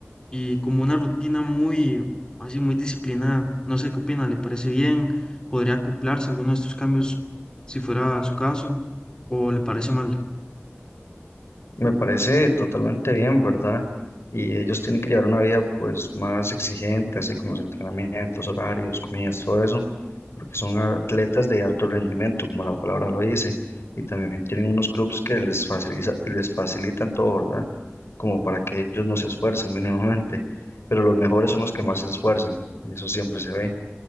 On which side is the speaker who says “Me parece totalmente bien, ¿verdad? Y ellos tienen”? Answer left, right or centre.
Left